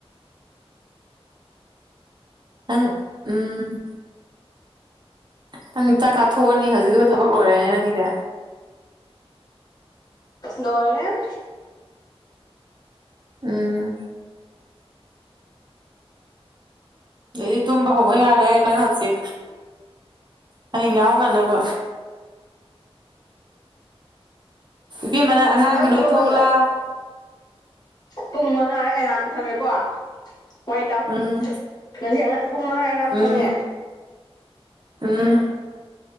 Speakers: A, on the right (about 45°); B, on the left (about 40°).
A: ꯑꯪ ꯎꯝ ꯅꯪ ꯆꯥꯛꯀꯥꯊꯣꯛꯑꯅꯤ ꯍꯧꯖꯤꯛꯗꯨꯒ ꯊꯕꯛ ꯂꯣꯏꯔꯦꯅꯦ ꯅꯪꯒꯤꯗꯤ
B: ꯗꯏꯔꯦꯟ
A: ꯎꯝ ꯑꯗꯨꯗꯤ ꯇꯨꯝꯕ ꯍꯧꯕ ꯌꯥꯔꯦꯅ ꯍꯧꯪꯁꯤꯦ ꯍꯌꯦꯡ ꯌꯥꯎꯅꯅꯕ ꯅꯨꯄꯤ ꯑꯃꯅ ꯑꯉꯥꯡꯒꯤ
B: ꯑꯩ
A: ꯂꯣꯏꯊꯧ
B: ꯊꯕꯛ ꯂꯩꯌꯦ
A: ꯂꯥꯎꯑꯣ
B: ꯄꯨꯡ ꯃꯉꯥ ꯑꯦꯂꯥꯔꯝ ꯊꯝꯃꯦꯀꯣ ꯍꯣꯏ ꯏ ꯇꯥꯎ
A: ꯎꯝ
B: ꯉꯁꯤ ꯄꯨꯡ ꯃꯉꯥꯔꯝ
A: ꯎꯝ
B: ꯊꯝꯃꯦ
A: ꯎꯝ